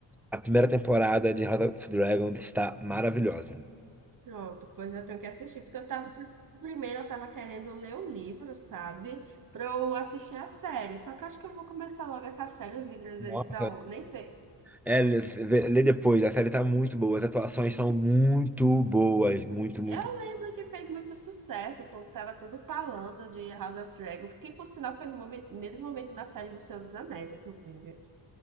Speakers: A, in the centre; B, on the right (about 50°).
A: A primeira temporada de House of Dragons está maravilhosa.
B: Pronto, pois eu tenho que assistir, porque eu tava. Primeiro eu tava querendo ler o livro, sabe? Pra eu assistir a série. Só que eu acho que eu vou começar logo essa série. Os livros,
A: Nossa.
B: eles são. Nem sei,
A: É, lê, lê- lê depois, a série tá muito boa, as atuações são muito boas, muito, muito.
B: Eu lembro que fez muito sucesso, o povo tava todo falando de House of Dragon, que por sinal foi no momen- mesmo momento da série do Senhor dos Anéis, inclusive.